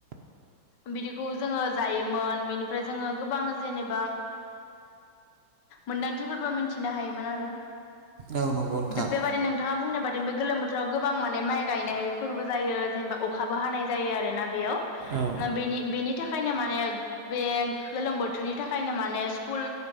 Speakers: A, on the left (about 60°); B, on the right (about 70°).
A: बिदिखौ जोंङो जायोमोन बिनिफ्राय जोंङो गोबां जेनेबा। मोन्दांथिफोरबो मिथिनो हायोमोन आरो।
B: औ नंगौ नोंथां
A: बेबायदि नोंथाङा बुंनाय बादि बे गोलोम बोथोर। बोथोराव गोबां माने माइ गायनायफोरबो जायो जेनेबा अखाबो हानाय जायो आरोना बेयाव। ना
B: औ
A: बेनि बेनि थाखाय। बेनिफ्रायनो माने बे गोलोम बोथोरनि थाखायनो माने स्कुल